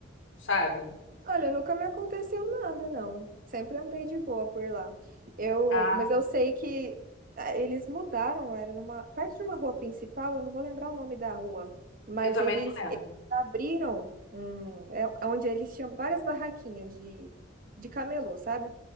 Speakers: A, on the left (about 90°); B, on the right (about 50°).
A: sabe?
B: Olha, nunca me aconteceu nada, não. Sempre andei de boa por lá. Eu,
A: Ah,
B: mas eu sei que ah, eles mudaram, era numa, perto de uma rua principal, eu não vou lembrar o nome da rua, mas
A: Eu também
B: eles,
A: não lembro.
B: eles abriram um, é, é onde eles tinham várias barraquinhas de, de camelô, sabe?